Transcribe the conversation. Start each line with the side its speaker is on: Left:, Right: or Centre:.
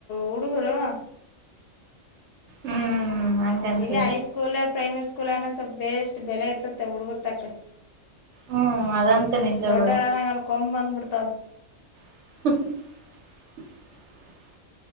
Left: ಹುಡುಗುರು.
Right: ಹ್ಮ್ ಹಂಗಂತೀಯ
Left: ಇಲ್ಲೆ ಹೈ ಸ್ಕೂಲ್ ಪ್ರೈಮರಿ ಸ್ಕೂಲ್ ಅನ ಬೇಸ್ ಬೆಲೆ ಇರ್ತತ್ತ ಹುಡುಗುರ್ತಕ್ಕ.
Right: ಹ್ಮ್ ಅದಂತ ನಿಜ
Left: ದೊಡ್ಡೋರು
Right: ಬಿಡು
Left: ಆದಂಗೆಲ್ಲ ಕೊಂಬ್ ಬಂದ್ಬಿಡ್ತಾವ.
Right: ಹ